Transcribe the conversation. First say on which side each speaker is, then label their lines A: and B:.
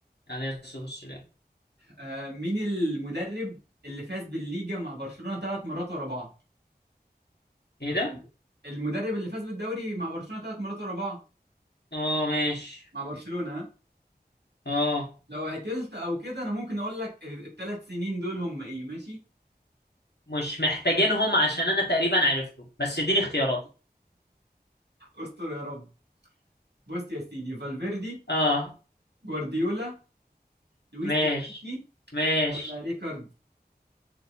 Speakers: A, on the left (about 80°); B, on the right (about 90°).
A: عليه الصلاة والسلام
B: آه، مين المدرب اللي فاز بالليجا مع برشلونه ثلاث مرات ورا بعض
A: ايه
B: فالدي.
A: ده
B: المدرب اللي فاز بالدوري مع برشلونه ثلاث مرات ورا بعض
A: اه ماشي
B: مع برشلونه ها؟
A: اه
B: لو عتلت او كده انا ممكن اقول لك الثلاث سنين دول هم ايه ماشي
A: مش محتاجينهم عشان انا تقريبا عرفته بس اديني اختياراتي
B: استر يا رب بص يا سيدي فالفيردي
A: اه
B: جوارديولا لويس
A: ماشي
B: انريكي
A: ماشي
B: ولا ريكارد